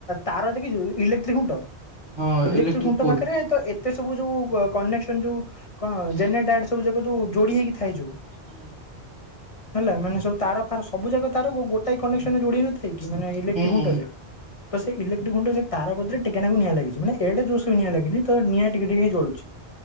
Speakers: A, on the left; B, on the right.
A: ତାର ଯେ କି ଇଲେକ୍ଟ୍ରିକ୍ ଖୁଣ୍ଟ
B: ହଁ
A: ଇଲେକ୍ଟ୍ରିକୁଣ୍ଟ
B: ଇଲେକ୍ଟ୍ରିକ ପୋଲ।
A: ପାଖରେ ତ ଏତେ ସବୁ ଯୋଉ କନେକ୍ସନ ଯୋଉ କଣ
B: ହୁଁ
A: ଜେ ସୁ ଯା ଯୋଉ ଯୋଡି ହେଇକି ଥାଏ ଯୋଉ
B: ହୁଁ।
A: ହେଲା ମାନେ ସବୁ ତାର ଫାର ସବୁ ଜାଗା ତାର ଗୋଟାଏ କନେକ୍ସନରେ ଯୋଡି ହେଇନଥିଲାକି। କି ମାନେ ଇଲେକ୍ଟ୍ରିକ ଘୁଣ୍ଟରେ
B: ହୁଁ
A: ତ ସେଇ ଇଲେକ୍ଟ୍ରିକ ଗୁଣ୍ଡ ସେ ତାର ପଦାରେ ଟିକେନାକୁ ନିଆଁ ଲାଗିଛି। ମାନେ ଏଟେ ଜୋସ ବି ନିଆଁ ଲାଗିନି ତ ନିଆଁ ଟିକେ ଟିକ ହେଇ ଜଳୁଛି।